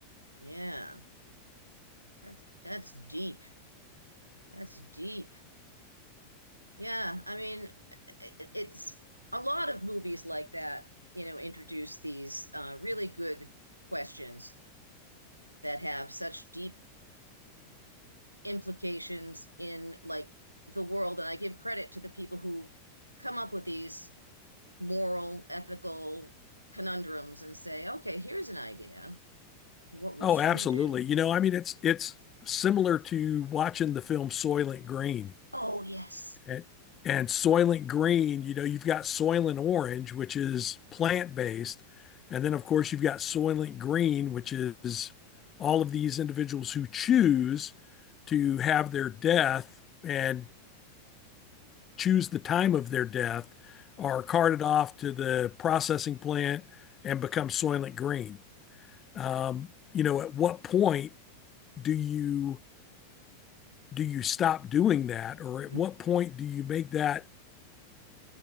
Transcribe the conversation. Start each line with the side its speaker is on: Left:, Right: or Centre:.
Right: Yeah. That's that's deep. That's deep. Yeah, I mean, it, it's a lot of movies like that, you know, introduce these uh, really good questions that have such deep implications in like the world. And I give credit to the people who come up with these moral, ethical conundrums and say, okay, here's an idea. What would
Left: Oh, absolutely.
Right: you do?
Left: You know, I mean, it's it's similar to watching the film Soylent Green.
Right: Oh, yes.
Left: And, and Soylent Green, you know, you've got Soylent Orange, which is plant-based, and then of course you've got Soylent Green, which is all of these individuals who choose to have their death and choose the time of their death are carted off to the processing plant and become Soylent Green. Um, you know, at what point do you do you stop doing that or at
Right: Mm,
Left: what point do you make that